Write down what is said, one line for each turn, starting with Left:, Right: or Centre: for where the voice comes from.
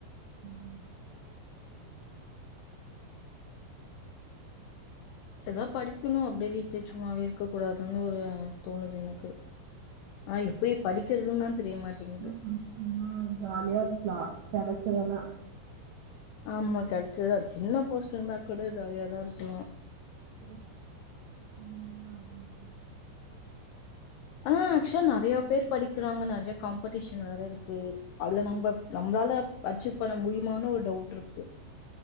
Right: உம் <inaudible>
Left: ஏதா படிக்கணு அப்படியே வீட்டுல சும்மாவே இருக்க கூடாதுன்னு ஒரு தோணுது எனக்கு ஆ எப்படி படிக்கிறதுன்னு தான் தெரிய மாட்டேங்குது.
Right: படிசிங்கன ஜாலியா இருக்கலா கெடச்சுதுன்னா
Left: ஆமா கிடைச்சதா சின்ன போஸ்ட் இருந்தா கூட ஜாலியாதா இருக்கணு
Right: ம்
Left: ஆனா ஆக்சுவலா நெறையா பேர் படிக்கிறாங்க நெறைய கம்பெடிஷன் வேற இருக்கு அதுல நம்ம நம்மளால அச்சீவ் பண்ண முடியுமானு ஒரு டவுட் இருக்கு